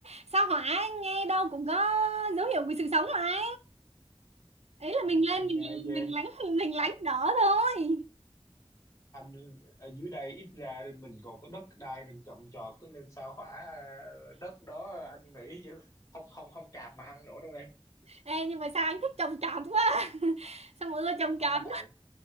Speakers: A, on the right; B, on the left.
A: sao hỏa nghe đâu cũng có dấu hiệu của sự sống mà anh ý là
B: anh
A: mình lên
B: anh
A: mình
B: nghe cho
A: mình
B: em
A: lánh mình
B: à,
A: lánh đỡ thôi
B: anh ở dưới đây ít ra mình còn có đất đai mình trồng trọt cứ lên sao hỏa ờ, đất đó anh nghĩ chứ không không không cạp mà ăn nổi đâu em
A: ê nhưng mà sao anh thích trồng trọt quá <laughs> sao mà ưa trồng
B: không
A: trọt
B: tại